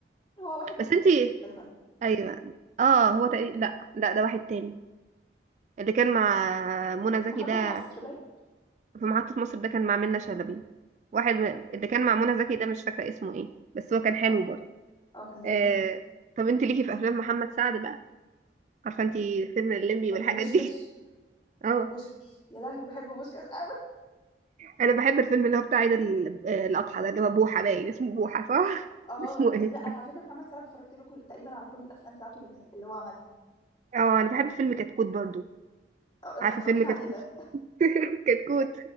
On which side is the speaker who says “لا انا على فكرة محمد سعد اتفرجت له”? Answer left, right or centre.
Left